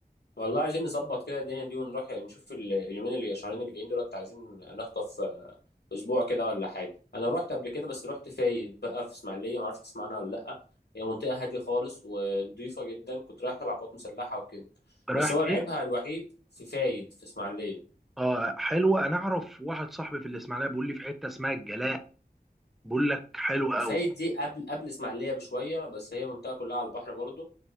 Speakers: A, on the left; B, in the centre.
A: والله عايزين نظبط كده الدنيا دي ونروح نشوف ال- اليومين اللي شهرين اللي جايين دولت عايزين نخطف اسبوع كده ولا حاجه انا رحت قبل كده بس رحت فايد بقى في اسماعيليه ما اعرفش تسمعنا ولا لا هي منطقه هاديه خالص ونضيفه جدا كنت رايح تبع قوات مسلحه وكده
B: رايح
A: بس هو
B: فين
A: لعيبها الوحيد في فايد في اسماعيليه
B: اه حلوه انا اعرف واحد صاحبي في الاسماعيليه بيقول لي في حته اسمها الجلاء بيقول لك حلوه قوي
A: فايد دي قبل قبل اسماعيليه بشويه بس هي منطقه كلها على البحر برضو